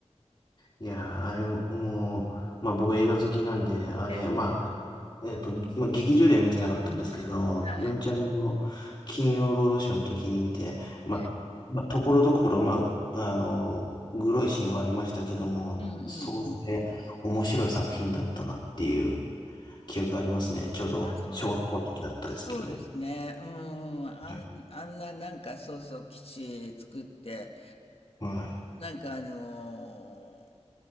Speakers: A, on the left (about 40°); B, on the left (about 55°).
A: いやー、あれ、もう、まあ僕映画好きなんで、あれ、
B: ええ、
A: まあ、えっと、まあ劇場では見てなかったんですけど、
B: はい。
A: ヨンちゃんの金曜ロードショーの時に見て、まあ、
B: え
A: まあ、ところどころ、まあ、あの、グロいシーンはありましたけども、
B: うんうんうん。
A: 総じて面白い作品だったなっていう。記憶がありますね。ちょうど小学校の時だったですけども。
B: あ、そうなんです、そうですね。うん、あんあんななんかそうそう、
A: はい。
B: 基地作って、
A: は
B: なんかあのー